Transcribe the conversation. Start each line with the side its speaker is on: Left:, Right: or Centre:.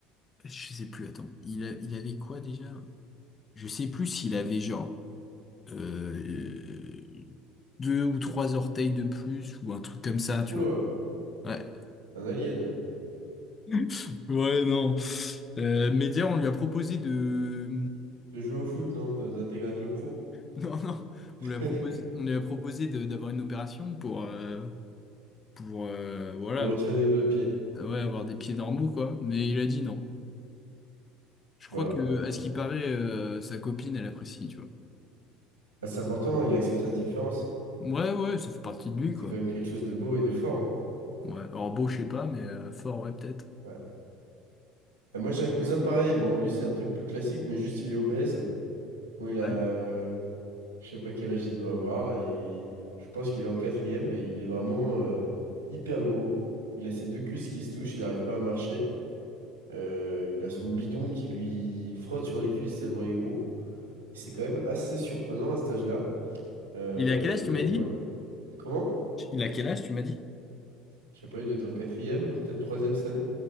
Left: je sais plus, attends, il, a- il avait quoi déjà? Je sais plus s'il avait genre euh, deux ou trois orteils de plus ou un truc comme ça, tu
Right: Oula,
Left: vois. Ouais.
Right: un alien.
Left: <laughs> Ouais, non. Euh, Média, on lui a proposé de,
Right: De jouer au foot, non? D'un- D'intégrer un club pro.
Left: <laughs> Non, non,
Right: <laughs>
Left: on lui a proposé, on lui a proposé de- d'avoir une opération pour, euh, pour euh, voilà,
Right: Lui retirer
Left: avoir
Right: des doigts de pied.
Left: ah ouais, avoir des pieds normaux, quoi. Mais il a dit non. Je
Right: Voilà.
Left: crois que, à ce qui paraît, euh, sa copine, elle apprécie, tu vois.
Right: Bah, c'est important, il accepte sa différence.
Left: Ouais, ouais, ça fait partie de lui,
Right: C'est
Left: quoi.
Right: quand même quelque chose de beau et de fort. hein.
Left: Ouais, alors beau, je sais pas, mais euh, fort, ouais, peut-être.
Right: Ouais. Et moi, j'ai un cousin pareil. Bon, lui, c'est un truc plus classique, mais juste, il est obèse. Bon, il a.
Left: Ouais.
Right: euh, Je sais pas quel âge il doit avoir là. il- Je pense qu'il est en quatrième et il est vraiment euh, hyper gros. Il a ses deux cuisses qui se touchent, il n'arrive pas à marcher. Euh, il a son bidon qui lui frotte sur les cuisses tellement il est gros. Et c'est quand même assez surprenant à cet âge-là. Euh,
Left: Il a quel âge,
Right: et
Left: tu
Right: donc
Left: m'as dit?
Right: ouais. Comment?
Left: Il a quel âge, tu m'as dit?
Right: Je sais pas, il doit être en quatrième, peut-être troisième cette année.